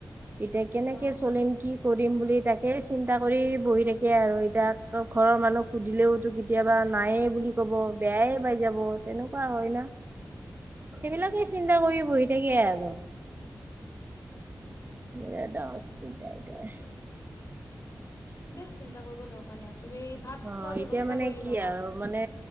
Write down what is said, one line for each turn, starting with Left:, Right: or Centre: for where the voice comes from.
Right: এতিয়া কেনেকে
Left: অ
Right: চলিম কি কৰিম বুলি তাকে চিন এটা কৰি বহি থাকে আৰু এতিাক ঘৰৰ মানুহক সুধিলেওতো কেতিয়াবা নায়ে বুলি গব বেয়াই পাই যাব তেনেকুৱা হয় না সেইবিলাকে। চিন্তা কৰি বহি থাকে আৰু বি ডাঙ ডাইটাৰ
Left: তাকে দিয়া চিন্তা কৰিব দৰকাৰ নাই তুমি ভাত
Right: অ'
Left: খোৱা
Right: এতিয়া
Left: ব্যৱস্থা
Right: মানে
Left: কৰি
Right: কি
Left: দিবা আমাক
Right: আৰু
Left: অকণমান।
Right: মানে